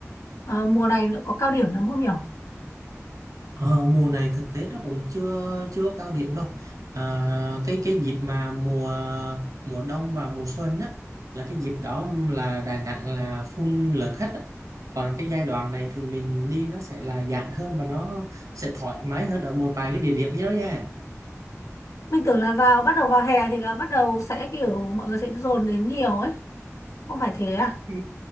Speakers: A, on the left; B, on the right.
A: ờ, mùa này nữa có cao điểm lắm không nhỉ
B: Ờ, mùa này thực tế nó cũng chưa chưa có cao điểm đâu à, cái cái dịp mà mùa mùa đông và mùa xuân á là cái dịp đó là Đà Nẵng là full lượng khách á. Còn cái giai đoạn này thì mình đi nó sẽ là giãn hơn và nó sẽ thoải mái hơn ở một vài cái địa điểm nhớ nha
A: mình tưởng là vào bắt đầu vào hè thì là bắt đầu sẽ kiểu mọi người sẽ dồn đến nhiều ấy không phải thế à
B: Ừ.